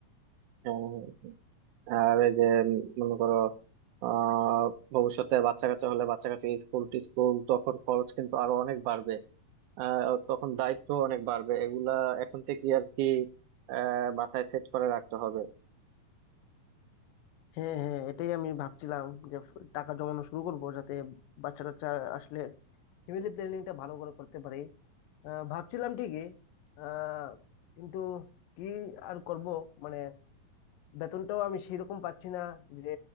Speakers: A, on the right; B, on the left.
A: হ্যাঁ হ্যাঁ। হ্যাঁ। আর এই যে উম, মনে করো আহ ভবিষ্যতে বাচ্চা কাচ্চা হলে বাচ্চা কাচ্চা স্কুল টিস্কুল তখন খরচ কিন্তু আরো অনেক বাড়বে আহ তখন দায়িত্ব অনেক বাড়বে এগুলা এখন থেকে আর কি আহ মাথায় সেট করে রাখতে হবে
B: হ্যাঁ হ্যাঁ এটাই আমি ভাবছিলাম যে ফ- টাকা জমানো শুরু করব যাতে বাচ্চা টাচ্চা আসলে ফ্যামিলি প্ল্যানিংটা ভালো করে করতে পারি আহ, ভাবছিলাম ঠিকই আহ, কিন্তু কি আর করব মানে বেতনটাও আমি সেরকম পাচ্ছি না যে